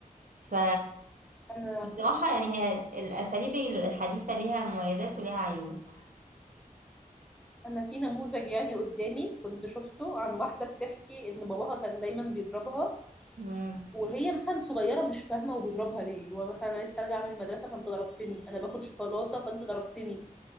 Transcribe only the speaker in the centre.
انا
انا في نموذج يعني قدامي كنت شفته عن واحده بتحكي ان باباها كان دايما بيضربها
وهي مثلا صغيره مش فاهمه وبيضربها ليه اللي هو مثلا انا لسه راجعه من المدرسه فانت ضربتني انا باكل شوكولاته فانت ضربتني